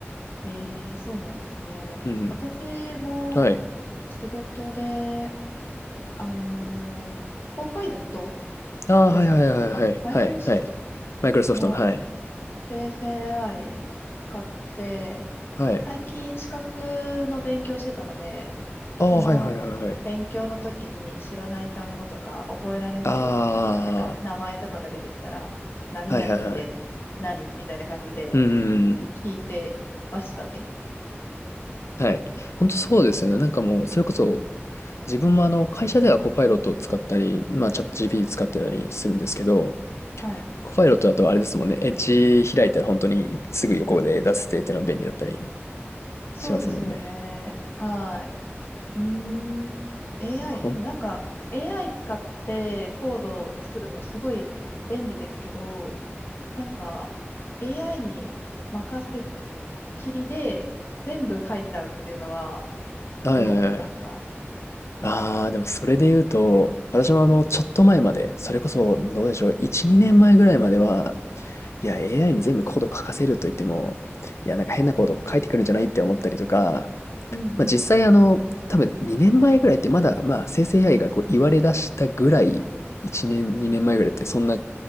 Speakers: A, on the left; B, on the left.
A: ええ、そうなんですね。
B: うん。
A: 私も
B: はい。
A: 仕事で、あのーコーパイロット
B: ああ、
A: ですね。
B: はいはいはいはいはい、
A: マイクロソフトかな
B: はい。マイクロソフトの、
A: の
B: はい。
A: 生成 AI 使って、
B: はい。
A: 最近資格の勉強してたので、
B: ああ、
A: その
B: はいはいはいはい。
A: 勉強の時に知らない単語とか覚えられない、
B: あ
A: なんか名前とかが出てきたら、何々って何みたいな感じで
B: あ、はいはいはい。うんうんうん。
A: 聞いてましたね。
B: はい。本当そうですよね。なんかもう、それこそ、自分もあの、会社ではコパイロットを使ったり、まあ、チャット GPT 使ってたりするんですけど、
A: はい。
B: コパイロットだとあれですもんね。エッジ開いたら本当にすぐ横で出せてっていうのは便利だったり
A: そうですよね。
B: しますもんね。
A: はい。うーん。AI、
B: ほん
A: でもなんか AI 使ってコードを作るのすごい便利ですけど、なんか、AI に任せっきりで全部書いちゃうっていうのは
B: はいはいはい。
A: どう思いますか
B: はいはいはいはいはいああ、でもそれで言うと、私もあの、ちょっと前まで、それこそ、どうでしょう、1、2年前ぐらいまでは、いや、AI に全部コード書かせると言っても、いや、なんか変なコード書いてくるんじゃないって思ったりとか、
A: うんうん。
B: まあ実際あの、多分2年前ぐらいってまだ、まあ生成 AI がこう言われ出したぐらい、1年、2年前ぐらいってそんな